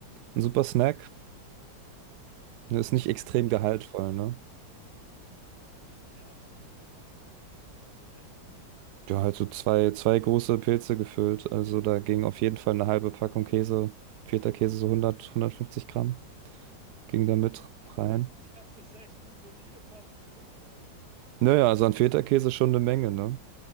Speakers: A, on the right; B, on the right.
A: ein super Snack. Ist nicht extrem
B: Ja.
A: gehaltvoll, ne?
B: Wie viel hast du denn davon gehabt? So ein ganzes Blech oder wie?
A: Ja, halt so zwei, zwei große Pilze gefüllt. Also da ging auf jeden Fall eine halbe Packung Käse, Feta-Käse, so 100, 150 Gramm, ging da mit
B: Das,
A: rein.
B: das ist echt eine solide Portion, du Alter.
A: Naja, also an Feta-Käse schon eine Menge, ne?